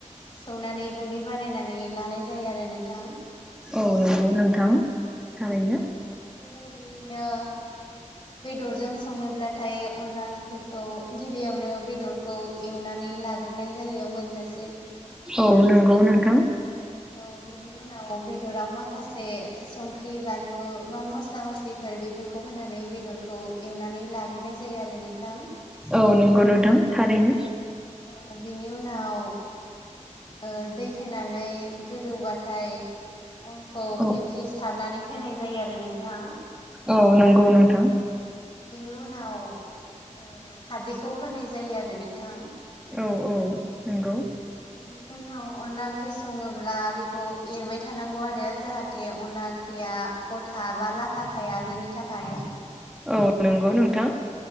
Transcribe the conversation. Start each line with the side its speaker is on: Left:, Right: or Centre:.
Left: सौनानै गुन्दै बानायनानै लानाय जायो आरो नोंथां।
Centre: औ नंगौ नोंथां थारैनो
Left: औ बेबायदियैनो बेदरजों संनोब्लाथाय अनला ओंख्रिखौ गिबियावनो बेदरखौ एवनानै लाग्रोनाय जायो मोनजास
Centre: औ नंगौ नोंथां
Left: औ बेनि उनाव बेदराव माखासे संख्रि बानलु बा मस्ला-मस्लि फोर बेफोरखौ होनानै बेदरखौ एवनानै लाग्रोनाय जायो आरो नोंथां।
Centre: औ नंगौ नोंथां थारैनो
Left: औ बिनि उनाव ओ दै होनानै गोदौबाथाय अनखौ
Centre: औ
Left: फ्रि फ्रि सारनानै होनाय जायो आरो नोंथां।
Centre: औ नंगौ नोंथां‌।
Left: बेनि बेनि उनाव ओ खारदैखौ होनाय जायो आरो नोंथां।
Centre: औ औ नोंगौ।
Left: बिनि उना आव अनला ओंख्रि सङोब्ला बेखौ एरबाय थानांगौ आरो जाहाथे अनला ओंख्रिया गथा बा लाथा खाया बिनि थाखाय।
Centre: औ नोंगौ नोंथां।